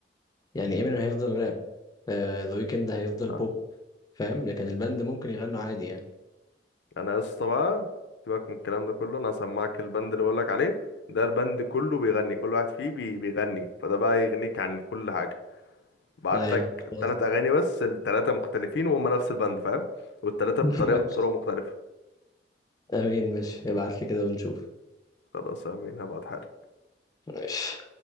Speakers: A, on the left; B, on the left.
A: يعني امينيم هيفضل راب ذا ويكند هيفضل بوب
B: مم.
A: فاهم لكن الباند ممكن يغنوا عادي يعني
B: انا يا اسطى بقى سيبك من الكلام ده كله انا هسمعك البند اللي بقولك عليه ده البند كله بيغني كل واحد فيه بي بيغني فده بقى يغنيك عن كل حاجه بعتلك
A: ايوه خلاص
B: تلات اغاني بس التلاتة مختلفين وهم نفس البند فاهم والتلاتة
A: <laughs>
B: بطريقه
A: ماشي
B: بطرق مختلفه
A: امين ماشي ابعت لي كده ونشوف
B: خلاص امين هبعت حاجة
A: ماشي